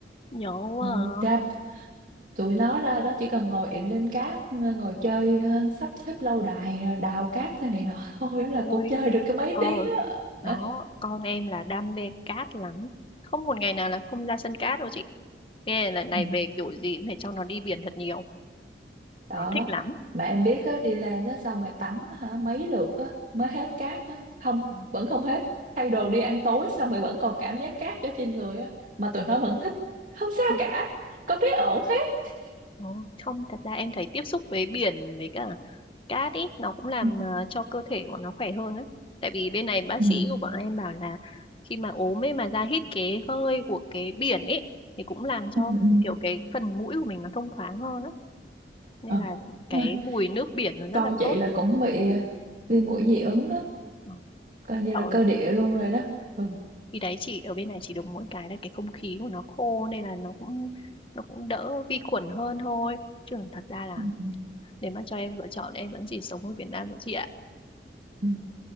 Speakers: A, on the left; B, on the right.
A: nhớ quá
B: ừ, ra
A: à.
B: tụi nó ra đó chỉ cần ngồi ịn lên cát ờ, ngồi chơi ờ, sắp xếp lâu đài đào cát cái này nọ <laughs> thôi là
A: Ôi
B: cũng chơi được cái mấy
A: con
B: tiếng á
A: đó con em là đam mê cát lắm không một ngày nào là không ra sân cát đâu chị nghe lần
B: Ừ.
A: này về kiểu gì cũng phải cho nó đi biển thật nhiều
B: đó
A: nó thích lắm
B: mà em biết á đi lên á xong rồi tắm hả mấy lượt á mới hết cát á không
A: Ừ.
B: vẫn không hết thay đồ đi ăn tối xong rồi vẫn còn cảm giác cát ở trên người á mà tụi nó vẫn thích không sao
A: Ừ.
B: cả con thấy ổn hết
A: Ồ, không thật ra em thấy tiếp xúc với biển với cả cát ý nó cũng làm
B: ừ
A: ờ, cho cơ thể của nó khỏe hơn ấy. Tại vì bên này bác
B: ừ
A: sĩ của bọn em bảo là khi mà ốm ấy mà ra hít cái hơi của cái biển ấy thì cũng làm cho
B: ừ ừ.
A: kiểu cái phần mũi của mình nó thông thoáng hơn á. Nên
B: Ờ,
A: là
B: đúng
A: cái
B: rồi.
A: mùi nước biển nó
B: con
A: rất là
B: chị
A: tốt
B: là cũng bị viêm mũi dị ứng á
A: Ờ,
B: coi như
A: Sợ
B: là cơ
A: nhỉ.
B: địa luôn rồi đó ừ
A: Khi đấy chỉ ở bên này chỉ được mỗi cái là cái không khí của nó khô nên là nó cũng nó cũng đỡ vi khuẩn hơn thôi. Chứ còn thật ra là
B: ừ ừ
A: nếu mà cho em lựa chọn em vẫn chỉ sống ở Việt Nam thôi chị ạ.
B: ừ.